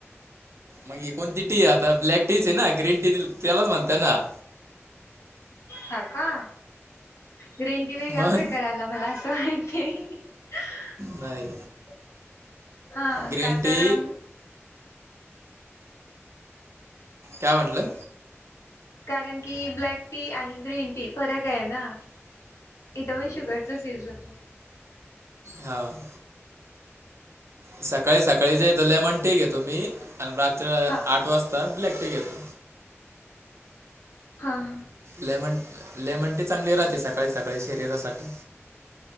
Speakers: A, on the right; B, on the left.
A: मग कोणती टी आता ब्लॅक टीच आहे, ना ग्रीन टी त्यालाच म्हणतय ना
B: हा का. ग्रेंटी वेगळा
A: मग
B: प्र करायला मला असं वाटते. <unintelligible>
A: नाही
B: ह
A: ग्रीन
B: कातारम.
A: टी का म्हणटलं,
B: कारण की ब्लॅक टी आणि ग्रीन टी फरक आहे ना. इथ वैशु शुगरचाच यूज होतो.
A: ह. <unintelligible> सकाळी सकाळी जे लेमन टी घेतो मी, आणि रात्र
B: हा
A: आठ वाजता ब्लॅक टी घेतो.
B: हां.
A: लेमन लेमनटी चांगली राहते सकाळी सकाळी शरीरासाठी